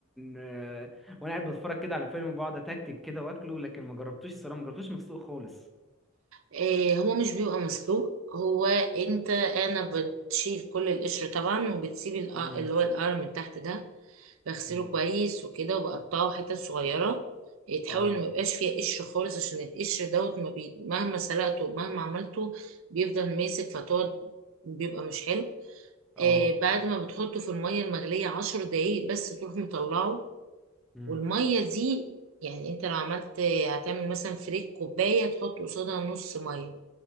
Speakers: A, in the centre; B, on the right.
A: آه، وانا قاعد بتفرج كده على فيلم بقعد اتكتك كده واكله لكن ما جربتوش الصراحه ما جربتوش مسلوق خالص
B: إيه هو مش بيبقى مسلوق هو انت انا بتشيل كل القشر طبعا وبتسيب الق-
A: امم
B: اللي هو القرع من تحت ده بغسله
A: امم
B: كويس وكده وبقطعه حتت صغيرة إيه، تحاول
A: اه
B: إن ميبقاش فيها قشر خالص عشان القشر دوت ما بي... مهما سلقته ومهما عملته بيفضل ماسك فتقعد بيبقى مش حلو
A: اه
B: آه بعد ما بتحطه في المية المغلية عشر دقايق بس تروح مطلعه
A: امم
B: والمية دي يعني انت لو عملت هتعمل مثلا فريك كوباية تحط قصادها نص مية